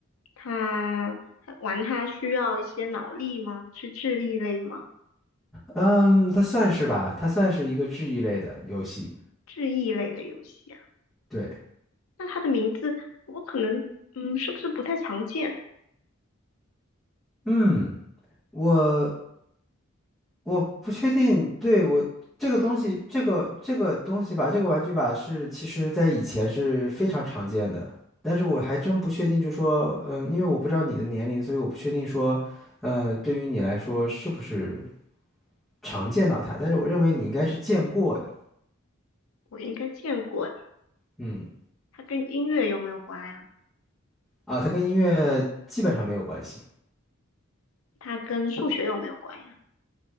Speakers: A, on the left (about 80°); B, in the centre.
A: 他他玩他需要一些脑力吗？是智力类吗？
B: 嗯，它算是吧，它算是一个治愈类的游戏，
A: 智力类的游戏啊？
B: 对，
A: 那它的名字我可能嗯，是不是不太常见？
B: 嗯。我我不确定，对，我这个东西，这个这个东西吧，这个玩具吧是其实在以前是非常常见的，但是我还真不确定，就说，嗯，因为我不知道你的年龄，所以我不确定说，呃，对于你来说是不是常见到它，但是我认为你应该是见过的，
A: 我应该见过。
B: 嗯，
A: 它跟音乐有没有关呀？
B: 啊，它跟音乐基本上没有关系，
A: 它跟数学有没有关呀？